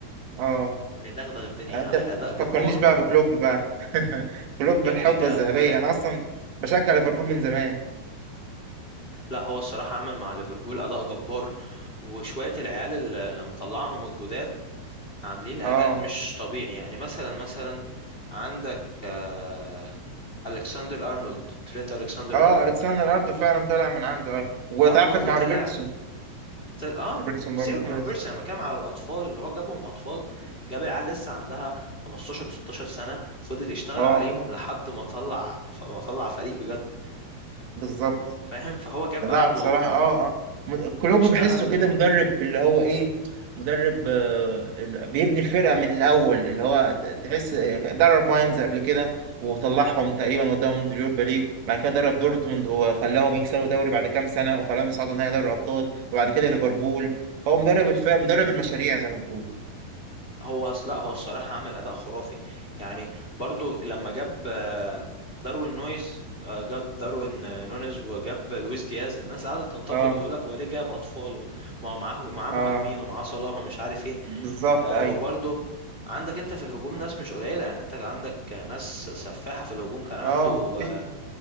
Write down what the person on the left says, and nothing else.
مدغدغ الدنيا
عامل
اداء
جبار
يا
ابني ده
لا هو الصراحة عمل مع ليفربول أداء جبار وشوية العيال اللي اللي مطلعهم الجداد عاملين أداء
مش طبيعي يعني مثلا مثلا عندك آه، ألكسندر أرنولد ترينت ألكسندر
أرنولد
أرنولد
طلع
طلع آه
سيبك
من روبرتسون أنا بتكلم على الأطفال اللي هو جابهم أطفال جاب العيال لسه عندها 15 16 سنة فضل يشتغل
عليهم لحد ما طلع ما طلع فريق بجد
فاهم فهو جاب
أرنولد
واشتغل
هو أص- لا هو الصراحة عامل أداء خرافي يعني برضو لما جاب آه، داروين نويز آه، جاب داروين آه، نونيز وجاب لويس دياز الناس قعدت تنتقد
ويقول لك هو ليه جاب أطفال ومعاه معاه
مهاجمين ومعاه صلاح ومش عارف إيه
آه،
وبرضو عندك أنت في الهجوم ناس مش قليلة يعني أنت عندك آه، ناس سفاحة في الهجوم كان عنده
آه،